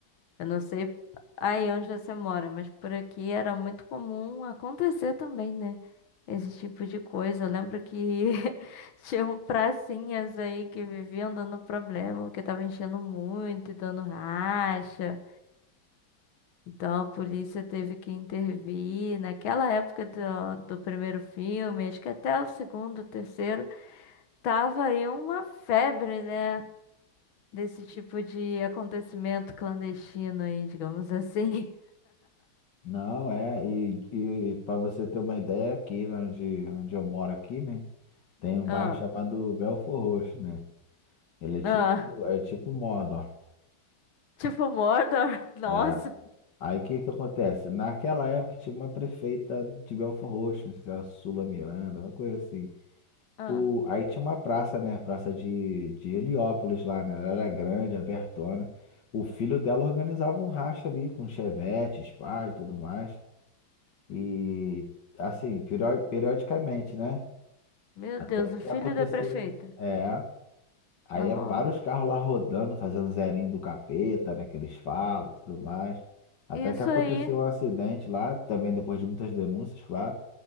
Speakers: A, on the left; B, on the left.
A: Eu não sei aí onde você mora, mas por aqui era muito comum acontecer também, né? Esse tipo de coisa. Eu lembro que <laughs> tinham pracinhas aí que viviam dando problema, porque tava enchendo muito e dando racha. Então a polícia teve que intervir. Naquela época do, do primeiro filme, acho que até o segundo, terceiro, tava aí uma febre, né? Desse tipo de acontecimento clandestino aí, digamos assim.
B: Não, é, e, e para você ter uma ideia, aqui né, onde, onde eu moro aqui, né? Tem um bairro
A: <laughs> Ah.
B: chamado Belfort Roxo, né? Ele é tipo,
A: Ah,
B: é tipo Mordor.
A: tipo Mordor. <laughs> Nossa.
B: é, Aí o que que acontece? Naquela época tinha uma prefeita de Belfort Roxo, não sei se era Sula Miranda, alguma coisa assim.
A: Ah,
B: O, aí tinha uma praça, né? A praça de, de Heliópolis lá, né? Ela era grande, abertona. O filho dela organizava um racha ali com chevette, spa e tudo mais. E assim, perio- periodicamente, né?
A: meu
B: Até
A: Deus,
B: que
A: o filho
B: aconteceu.
A: da prefeita.
B: É. Aí
A: Nossa.
B: eram vários carros lá rodando, fazendo zerinho do capeta, né? Que eles falam e tudo mais. Até
A: Isso
B: que aconteceu
A: aí.
B: um acidente lá, também depois de muitas denúncias, claro.